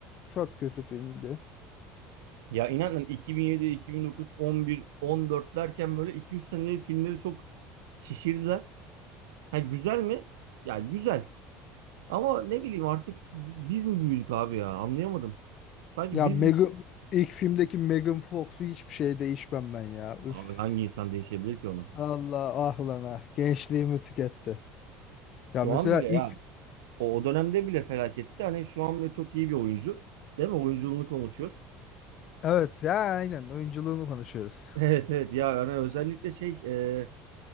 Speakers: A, on the left; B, on the right.
A: çok kötü filmdi.
B: Ya inanın 2007, 2009, 11, 14 derken böyle 2-3 sene filmleri çok şişirdiler. Ha güzel mi? Ya güzel. Ama ne bileyim artık biz mi büyüdük abi ya? Anlayamadım. Sanki
A: Ya
B: biz
A: Megan
B: mi?
A: ilk filmdeki Megan Fox'u hiçbir şey değişmem ben ya. Üf.
B: Abi hangi insan değişebilir ki ona?
A: Allah ah lan ah. Gençliğimi tüketti. Ya
B: Şu
A: mesela
B: an bile ya.
A: ilk
B: O, o dönemde bile felaketti. Hani şu an bile çok iyi bir oyuncu. Değil mi? Oyunculuğunu konuşuyoruz. <laughs>
A: evet ya aynen oyunculuğunu konuşuyoruz.
B: Evet evet ya hani özellikle şey e,